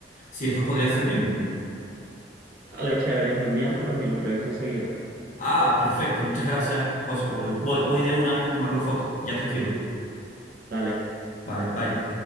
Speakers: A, on the left (about 45°); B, on the right (about 55°).
A: si estos podrían servirme?
B: dale, chévere, envíamelos y los reviso enseguida.
A: Ah, perfecto. Muchas gracias, José. Voy, voy, voy de una vez a tomar la foto. Ya te escribo.
B: Dale.
A: Vale, bye.